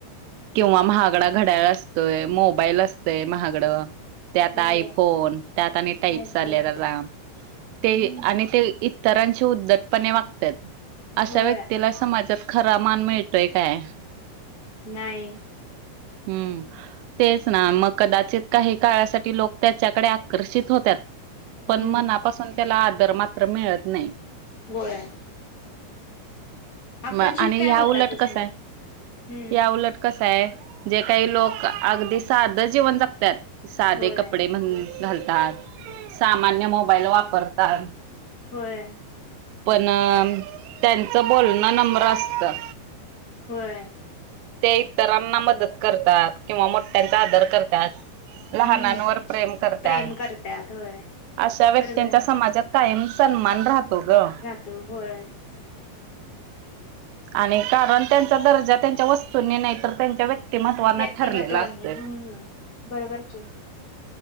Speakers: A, on the right; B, on the left.
A: किंवा महागडा घड्याळ असतोय, मोबाईल असतय महागडं त्यात
B: होय
A: आयफोन त्यात आणि
B: आहे
A: टाईपस
B: होय
A: आलेत आता ते
B: हम्म
A: आणि ते <unintelligible> चे उद्दटपणे वागतात अशा
B: होय
A: व्यक्तीला समाजात खरा मान मिळतोय काय?
B: नाही
A: हम्म तेच ना मग कदाचित काही काळासाठी लोक त्याच्याकडे आकर्षित होतत्यात
B: हम्म
A: पण मनापासून त्याला आदर मात्र मिळत नाही.
B: होय आकर्षित
A: मग आणि
B: काय
A: ह्या
B: होतातच
A: उलट कसा
B: होय
A: आहे
B: हम्म
A: ह्या उलट कसय जे <unintelligible> काही लोक अगदी साधं जीवन जगतात साधे
B: होय
A: कपडे म्हण घालतात सामान्य मोबाईल वापरतात
B: होय
A: पण, त्यांचं बोलणं नम्र असतं.
B: होय
A: ते इतरांना मदत करतात किंवा मोठ्यांचा आदर करतात. लहानांवर
B: हम्म
A: प्रेम करतात
B: प्रेम करत्यात होय
A: अशा व्यक्ती्चा
B: बरोबर आहे
A: समाजात कायम सन्मान राहतो ग
B: त होय
A: आणि कारण त्यांचा दर्जा त्यांच्या वस्तूंनी नाही तर त्यांच्या व्य ते महत्वान
B: व्यक्तिमत्वानी
A: ठरलेलं असत
B: हम्म बरोबर की